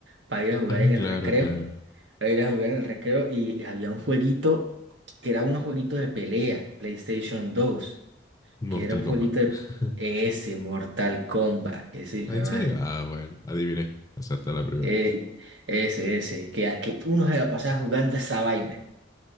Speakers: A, on the right; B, on the left.
A: Para ir a jugar
B: Ah,
A: en el
B: claro,
A: recreo,
B: claro.
A: para ir a jugar en el recreo y había un jueguito que era unos jueguitos de pelea, PlayStation 2 Quiero
B: Mortal
A: un poquito
B: Kombat.
A: de
B: <laughs>
A: ese Mortal Kombat, ese hijo
B: Ah, ¿En
A: de madre.
B: serio? Ah, bueno, adiviné. Acerté la primera.
A: Eh, ese, ese, que, que uno se va a pasar jugando esa vaina.